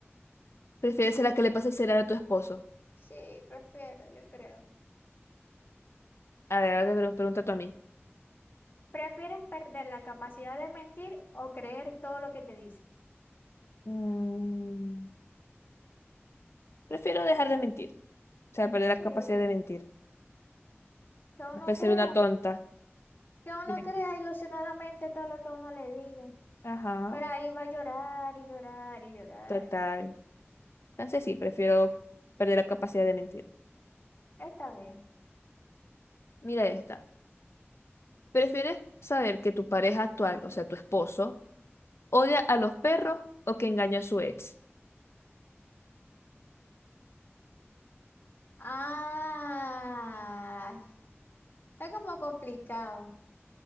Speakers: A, on the left; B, on the left.
A: ¿Prefieres ser la que le pase el celular a tu esposo?
B: sí, prefiero, yo creo.
A: A ver, ahora te pregun- pregunta tú a mí.
B: ¿Prefieres perder la capacidad de mentir o creer todo lo que te dice?
A: Mm, prefiero dejar de mentir. O sea, perder la
B: Sí,
A: capacidad
B: que
A: de mentir.
B: uno
A: A
B: crea,
A: ser una tonta.
B: que uno
A: Tiene-
B: crea ilusionadamente todo lo que uno le diga.
A: Ajá,
B: Pero ahí va a llorar y llorar y llorar.
A: total. Entonces sí, prefiero perder la capacidad de mentir.
B: Está bien.
A: Mira esta. ¿Prefieres saber que tu pareja actual, o sea, tu esposo, odia a los perros o que engañó a su ex?
B: Ah, está como complicado.